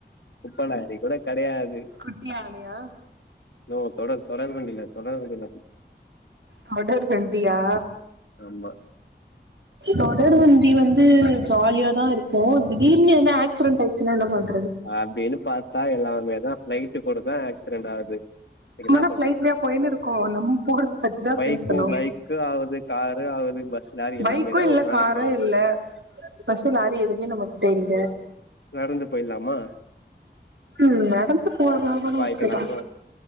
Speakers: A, on the left; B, on the right.
A: குப்ப லாரி கூட கெடையாது
B: குட்டி யானையா
A: போவ தொடங் தொடர் வண்டியில தொடர் வண்டியில <unintelligible>
B: தொடர் வண்டியா
A: ஆமா
B: தொடர் வண்டி வந்து ஜாலியா தா இருக்கு திடிர்னு எதனா ஆக்சிடென்ட் ஆயிட்ச்சின்னா என்ன பண்
A: அப்டின்னு பாத்தா எல்லாமே தா ப்ளைட்டு போறப்ப ஆக்சிடென்ட் ஆகுது இதுக்கு
B: நம்ம
A: என்ன
B: என்னா
A: பண்ண
B: ப்ளைட்லய போயின்னு இருக்கோ நம்ம போறது பத்திதா
A: பைக்கும்
B: பேசணு
A: பைக்கு ஆகுது காரு ஆகுது பஸ் லாரி எல்லாமே
B: பைக்கு
A: தான்
B: இல்ல
A: ஒரு நாளைக்கு
B: காரு
A: ஆகுது
B: இல்ல பஸ் லாரி எதுவுமே நம்ம கிட்ட இல்ல
A: நடந்து போயிர்லாமா
B: ம் நடந்து போறதா இருந்தாலு ஓகேதா
A: ஆயிக்கலாமா